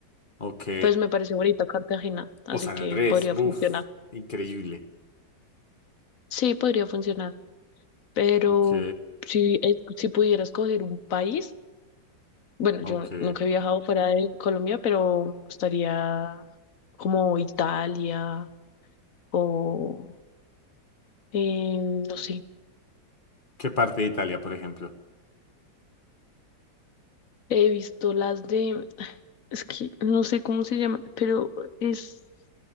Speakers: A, on the left (about 30°); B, on the left (about 50°).
A: Ok.
B: Pues me parece bonita Cartagena, así
A: O San
B: que
A: Andrés.
B: podría
A: Buf.
B: funcionar.
A: Increíble.
B: Sí, podría funcionar, pero
A: Ok.
B: si, es- si pudiera escoger un país, bueno,
A: Ok.
B: yo nunca he viajado fuera de Colombia, pero me gustaría como Italia o, em, no sé,
A: ¿Qué parte de Italia, por ejemplo?
B: he visto las de... Es que no sé cómo se llama, pero es